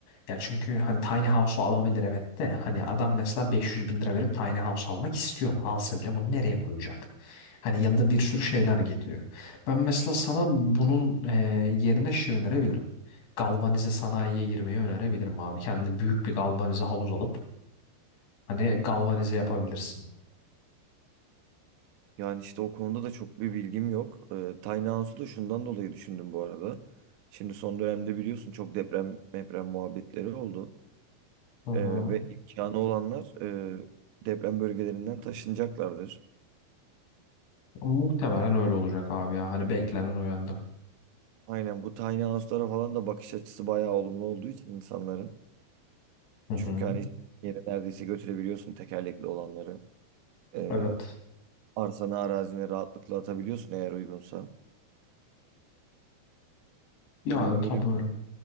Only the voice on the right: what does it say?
Yani işte o konuda da çok bir bilgim yok. Ee, tiny house'u da şundan dolayı düşündüm bu arada. Şimdi son dönemde biliyorsun çok deprem, deprem muhabbetleri oldu.
Ee, ve imkanı olanlar e, deprem bölgelerinden taşınacaklardır.
Aynen bu tiny house'lara falan da bakış açısı bayağı olumlu olduğu için insanların.
Çünkü hani yere neredeyse götürebiliyorsun tekerlekli olanları. Ee,
arsana arazine rahatlıkla atabiliyorsun eğer uygunsa.
Yani öyle
bir